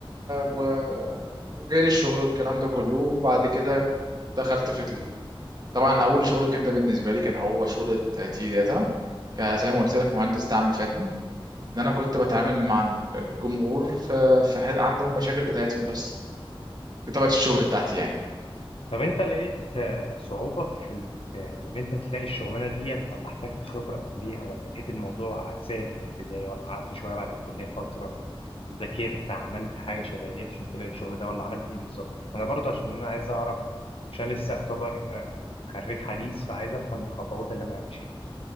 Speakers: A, on the right (about 45°); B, on the left (about 75°).
A: و... وجالي الشغل والكلام ده كله وبعد كده دخلت في ال... طبعا اول شغل كان ده بالنسبه لي كان هو شغل تي داتا ك- زي ما قلت لك مهندس دعم فني ان انا كنت بتعامل مع الجمهور في, في حد عندهم مشاكل بتاعتهم بس دي طبيعه الشغل بتاعتي يعني
B: طب انت لقيت آه، صعوبة في ال- في يعني ان انت تلاقي الشغلانة ديت ولا احتاجت خبرة قبليها ولا لقيت الموضوع سهل في البداية ولا قعدت شوية بعد الكلية فترة ذاكرت عملت حاجة شبه ديت عشان تلاقي الشغل ده ولا عملت ايه بالظبط انا برضه عشان انا عايز اعرف عشان لسه اعتبر آه، خريج حديث فعايز افهم الخطوات اللي انا همشيها